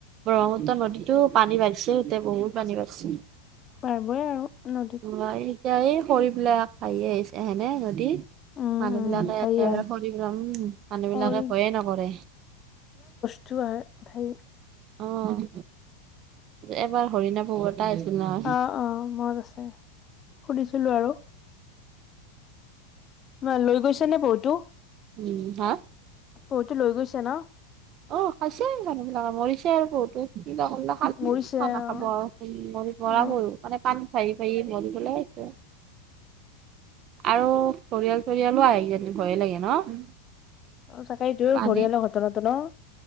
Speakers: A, on the right; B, on the left.
A: ব্ৰহ্মপুত্ৰ নদীটো পানী বাঢ়িছে। এতিয়া বহুত পানী বাঢ়িছে।
B: বাঢ়িবই আও নদীত।
A: নোৱাৰি। এতিয়া এই খৰিবিলাক ফালিয়ে আহিছে হয়নে সিহঁতি?
B: উম
A: মানুহ
B: উম
A: বিলাকে
B: সেয়ে
A: একেবাৰে হৰি ৰাম, মানুহ
B: কৰি
A: বিলাকে ভয়ে নকৰে।
B: যোৱাৰ ধেই
A: অঁ, এইবাৰ হৰিণাপুৰ গ'ল। পাইছে ন'?
B: অঁ, অঁ মনত আছে, সুধিছিলো আৰু। কোনোবাই লৈ গৈছে নে পহুটো?
A: উম, হাঁ?
B: পহুটো লৈ গৈছে ন'?
A: অঁ, খাইছে মানুহ বিলাকে, মৰিছে আৰু পহুতো কি বা কৰিল আ খানা
B: মৰিছে অ
A: খাব আৰু মৰি মৰা
B: অ
A: পহু মানে, পানীত ভাহি ভাহি মৰিপেলাই আহিছে। আৰু ঘঁৰিয়াল-চৰিয়ালো আহি যায় বুলি ভয়ে লাগে ন'?
B: অ, তাতে এইটো ঘঁৰিয়ালৰ
A: পানীত
B: ঘটনাটো ন'?